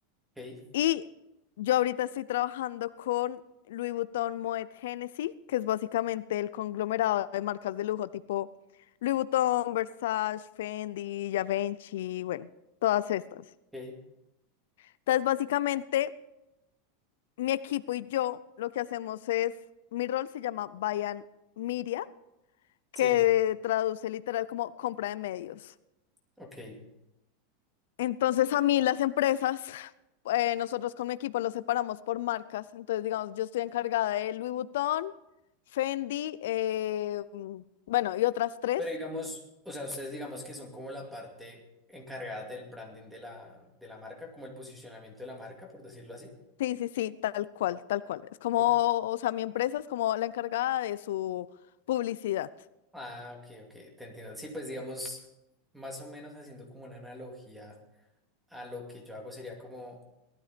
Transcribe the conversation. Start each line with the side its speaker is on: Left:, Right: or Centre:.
Centre: Ok,
Left: Y yo ahorita estoy trabajando con Louis Vuitton Moet Hennessy, que es básicamente el conglomerado de marcas de lujo tipo Louis Vuitton, Versace, Fendi, Givenchy, bueno, todas estas.
Centre: ok,
Left: Entonces, básicamente, mi equipo y yo lo que hacemos es, mi rol se llama Buy and Media que
Centre: sí,
Left: traduce literal como compra de medios.
Centre: ok.
Left: Entonces a mí las empresas, eh, nosotros con mi equipo los separamos por marcas. Entonces, digamos, yo estoy encargada de Louis Vuitton, Fendi, eh, mm, bueno, y otras tres.
Centre: Pero digamos, o sea, ustedes digamos que son como la parte encargada del branding de la, de la marca, como el posicionamiento de la marca, por decirlo así.
Left: Sí, sí, sí, tal cual, tal cual. Es como,
Centre: O-
Left: o sea, mi empresa es como la encargada de su publicidad.
Centre: ah, ok, ok, te entiendo. Sí, pues digamos, más o menos haciendo como una analogía a lo que yo hago sería como,